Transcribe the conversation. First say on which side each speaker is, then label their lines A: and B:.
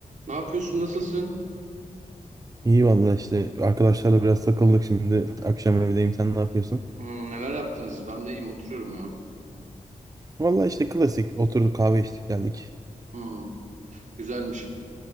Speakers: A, on the right; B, on the right.
A: Ne yapıyorsun? Nasılsın?
B: İyi valla işte arkadaşlarla biraz takıldık şimdi. Akşam evdeyim sen ne yapıyorsun?
A: Hmm, neler yaptınız? Ben de iyiyim. Oturuyorum ya.
B: Valla işte klasik oturduk kahve içtik geldik.
A: Hmm, güzelmiş.